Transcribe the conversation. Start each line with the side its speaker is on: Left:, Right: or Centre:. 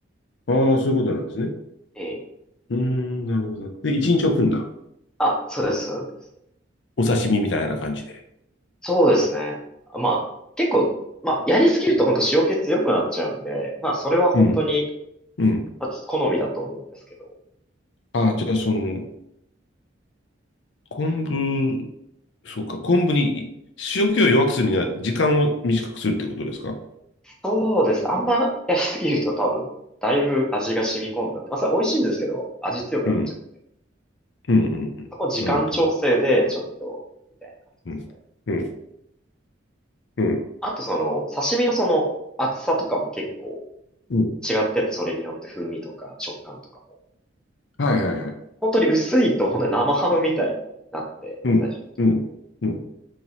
Left: ああ、そういうことなんですね。
Centre: ええ
Left: うーん、なるほど。で、一日置くんだ。
Centre: あ、そうです、そうです。
Left: お刺身みたいな感じで。
Centre: そうですね。まあ、結構、まあ、やりすぎると本当塩気強くなっちゃうんで、まあ、それは本当に、
Left: うん。うん。
Centre: まあ、好みだと思うんですけど。
Left: ああ、じゃあ、その、昆布、そうか、昆布に塩気を弱くするには時間を短くするってことですか
Centre: そうです。あんまやりすぎると多分、だいぶ味が染み込んだって。まあ、それ美味しいんですけど、味強くなっちゃう。
Left: うん。うん、うん、うん。
Centre: そこ時間調整で、
Left: なるほどね。
Centre: ちょっと、みたいな感じですね。
Left: うん。うん、うん、
Centre: あと、その、刺身のその、厚さとかも結構
Left: うん。
Centre: 違ってて、それによって風味とか食感とかも。
Left: はいはいはい。
Centre: 本当に薄いと、本当に生ハムみたいになって、
Left: うん、
Centre: 最終的に。
Left: うん、うん、